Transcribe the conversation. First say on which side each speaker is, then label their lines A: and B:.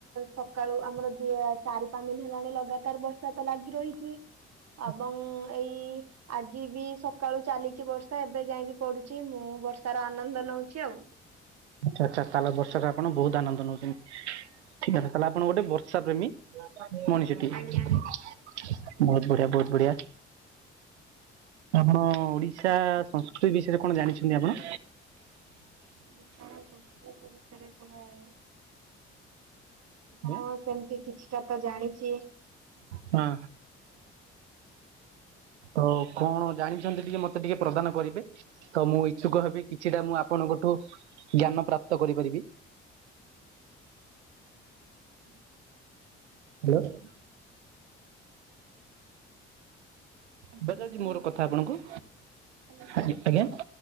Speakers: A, on the right; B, on the right.
A: ସକାଳୁ ଆମର ବି ଏ ଚାରି ପାଞ୍ଚ ଦିନ ହେଲାଣି ଲଗାତାର ବର୍ଷା ତ ଲାଗି ରହିଛି।
B: ହଁ <unintelligible>
A: ଆବଂ ଏଇ ଆଜି ବି ସକାଳୁ ଚାଲିଛି ବର୍ଷା ଏବେ ଯାଇ ବିି ପଡୁଛି ମୁଁ ବର୍ଷାର ଆନନ୍ଦ ନଉଚି ଆଉ।
B: ଆଛା ଆଛା ତାହେଲେ ବର୍ଷା ରେ ଆପଣ ବହୁତ ଆନନ୍ଦ ନଉଛନ୍ତି। ଠିକକଥା ତାହାଲେ ଆପଣ ଗୋଟେ ବର୍ଷା ପ୍ରେମୀ ମଣିଷ।
A: ଆଜ୍ଞା ଆଜ୍ଞା।
B: ବହୁତ ବଢିଆ ବହୁତ ବଢିଆ। ଆପଣ ଓଡିଶା ସଂସ୍କୃତି ବିଷୟରେ କଣ ଜାଣିଛନ୍ତି ଆପଣ?
A: ଓଡିଶାରା ସଂସ୍କୃତି ବିଷୟରେ ସହାଏ
B: ଆଜ୍ଞା
A: ହଁ ସେମିତି କିଛିଟା ତ ଜାଣିଚି।
B: ହଁ। ତ କଣ ଜାଣିଛନ୍ତି ଟିକେ ମତେ ଟିକେ ପ୍ରଦାନ କରିବେ। ତ ମୁଁ ଇଚ୍ଛୁକ ହେବି କିଛିଟା ମୁଁ ଆପଣଙ୍କଠୁ ଜ୍ଞାନ ପ୍ରାପ୍ତ କରିପାରିବି।
A: ଆଚ୍ଛା <unintelligible>
B: <unintelligible>
A: ଆଜ୍ଞା
B: ଶୁବା
A: ସାର୍
B: ଯାଉଛି ମୋର
A: ମୁଁ କହୁଛି
B: କଥା ଆପଣଙ୍କୁ
A: ହ୍ୟାଲୋ ସାର୍।
B: ଆଜି ଆଜ୍ଞା